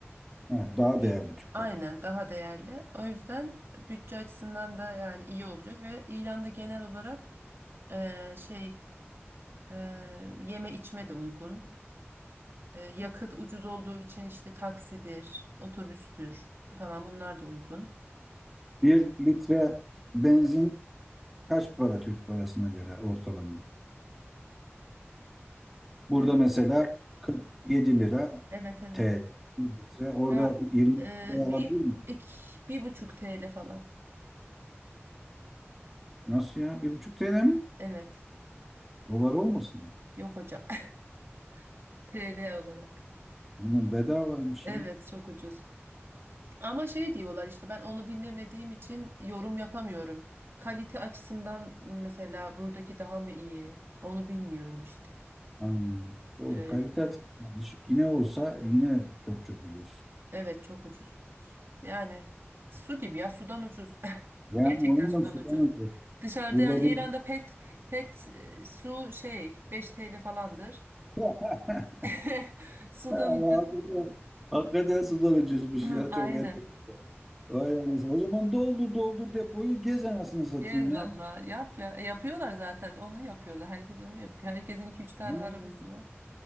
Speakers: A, in the centre; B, on the right.
A: Evet, daha değerli
B: Evet.
A: Türk
B: Aynen
A: parası.
B: daha değerli. O yüzden bütçe açısından da yani iyi olacak ve İran'da genel olarak e, şey e, yeme içme de uygun. E, yakıt ucuz olduğu için işte taksidir, otobüstür falan bunlar da uygun.
A: Bir litre benzin kaç para Türk parasına göre ortalama? Burada
B: E,
A: mesela 47 lira
B: Evet evet.
A: TL bir litre. Orada
B: Ya
A: 20
B: e,
A: liraya alabilir
B: bir
A: miyim?
B: iki, bir buçuk TL falan.
A: Nasıl ya? 1,5 TL mi?
B: Evet.
A: Dolar olmasın?
B: Yok hocam. <laughs> TL olarak.
A: Bunun bedavaymış
B: Evet
A: ya.
B: çok ucuz. Ama şey diyorlar işte ben onu bilmediğim için yorum yapamıyorum. Kalite açısından mesela buradaki daha mı iyi? Onu bilmiyorum işte.
A: Ha, doğru.
B: E,
A: Kalite açısından düşük yine olsa yine çok çok ucuz.
B: evet çok ucuz. Yani su gibi ya sudan ucuz. <laughs>
A: Yani
B: Gerçekten
A: onu
B: sudan
A: da sıkamıyoruz.
B: ucuz. Dışarıda
A: Burada
B: yani
A: bir
B: İran'da pet pet e, su şey 5 TL falandır.
A: <laughs>
B: <laughs> Sudan
A: Allah
B: ucuz.
A: hakikaten, hakikaten sudan ucuzmuş
B: <clears throat>
A: ya
B: Aynen.
A: çok et. Vay anasını. O zaman doldur doldur depoyu gez anasını satayım
B: Gez
A: ya.
B: valla. Yap ya. E, yapıyorlar zaten. Onu yapıyorlar. Herkes onu yapıyor. Herkesin iki üç tane
A: Vallahi,
B: arabası var.